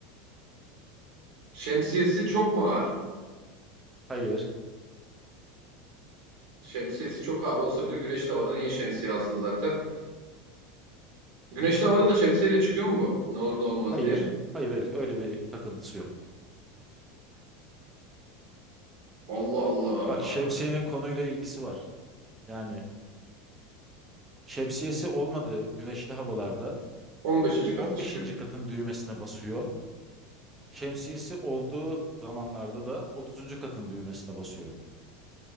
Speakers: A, on the right; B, on the right.
A: Şemsiyesi çok mu ağır?
B: Hayır.
A: Şemsiyesi çok ağır olsa bile güneşli havada niye şemsiye alsın zaten? Güneşli havada da şemsiyeyle çıkıyor mu bu? Ne olur ne olmaz
B: Hayır,
A: diye.
B: hayır, hayır. Öyle bir takıntısı yok.
A: Allah Allah.
B: Bak şemsiyenin konuyla ilgisi var. Yani şemsiyesi olmadığı güneşli havalarda
A: On beşinci kata
B: 15.
A: çıkıyor.
B: katın düğmesine basıyor. Şemsiyesi olduğu zamanlarda da 30. katın düğmesine basıyor.